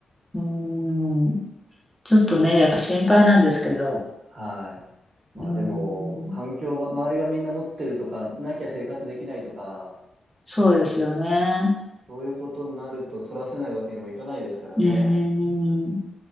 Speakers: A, in the centre; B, on the right.
A: うん。ちょっとね、
B: ええ
A: やっぱ心配なんですけど。
B: はい。まあでも、
A: うん。
B: 環境が、周りがみんな持ってるとか、なきゃ生活できないとか、
A: そうですよね。
B: そういうことになると取らせないわけにもいかないですからね。
A: うん。